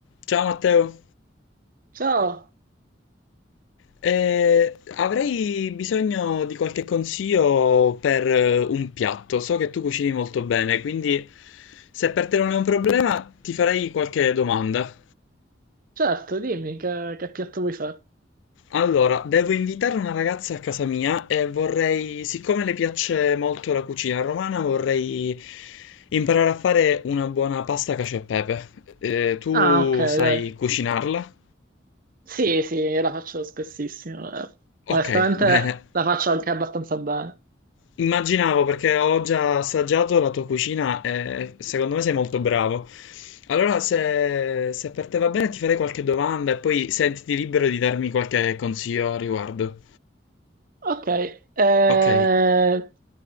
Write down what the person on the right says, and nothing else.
Ciao,
certo, dimmi che, che piatto vuoi fare.
Ah, ok, dai.
Sì, sì, io la faccio spessissimo. eh.
Onestamente
la faccio anche abbastanza bene.
Ok, eh,